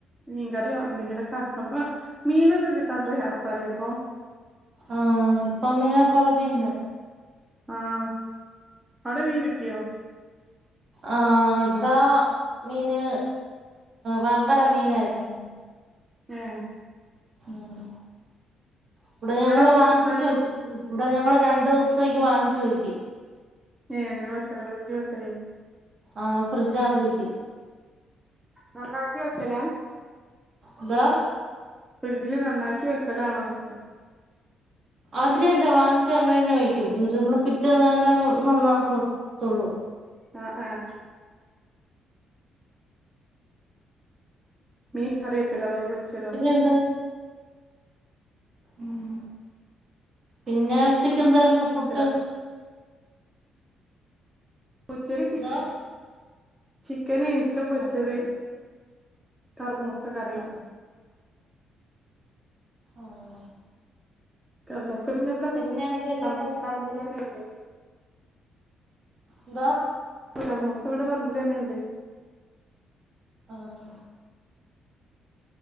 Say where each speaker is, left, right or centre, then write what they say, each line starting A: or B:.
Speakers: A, on the right; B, on the right.
A: മീൻ കറിയോ എന്തെങ്കിലൊക്കെ ആക്കണപ്പ മീനൊന്നും കിട്ടാൻ പ്രയാസാലേ പ്പൊ
B: ആഹ് ഇപ്പം മീനൊക്കൊറവിന്നെ
A: ആഹ് ഔടെ മീൻ കിട്ടിയോ
B: ആഹ് ഇബ്ട മീന് വങ്കട മീനായിരുന്നുന്ന്
A: ആഹ്
B: ആഹ് ഇവിടെ ഞങ്ങള്
A: ഇപ്പൊ
B: വാങ്ങിച്ചു
A: ഇതായോ
B: വെ ഇവിടെ ഞങ്ങള് രണ്ടു ദിവസത്തേക്ക് വാങ്ങിച്ചുവെയ്ക്ക്
A: ഏഹ് അങ്ങന വെക്കല ഫ്രിഡ്ജി വെക്കലില്ലെ
B: ആഹ് ഫ്രിഡ്ജാത്ത്‌വെക്കും
A: നന്നാക്കി വെക്കലാ
B: ന്താ
A: ഫ്രിഡ്ജില് നന്നാക്കി വെക്കലാണോ യ്ച്ച
B: അല്ല ഇല്ല വാങ്ങിച്ചങ്ങനെ ന്നെ വയ്ക്കും. എന്നിട്ട് നമ്മള് പിറ്റേന്നന്നെ നന്നാക്കത്തൊള്ളൂ
A: ആഹ് ആഹ് മീൻ കറി വെക്കലോ അതോ പൊര്ച്ചലൊ
B: എന്ത് ഉം പിന്നെ ഉച്ചക്കെന്തായിരുന്നു ഫുഡ്‌
A: പൊരിച്ചലോ ഉച്ചക്ക്
B: എന്താ
A: ചിക്ക ചിക്കനേനി ചിക്കൻ പൊര്ച്ചത്
B: ആ
A: കർമൂസ കറി
B: ആ ആഹ്
A: കർമൂസ പിന്നെവടെപ്പൊ
B: പിന്നെ എന്തൊക്കെയുണ്ട്
A: പർ പർമ്പിലെന്നെണ്ട്
B: ന്താ
A: കർമൂസവടെ പർമ്പിലെന്നെണ്ട്
B: ആഹ്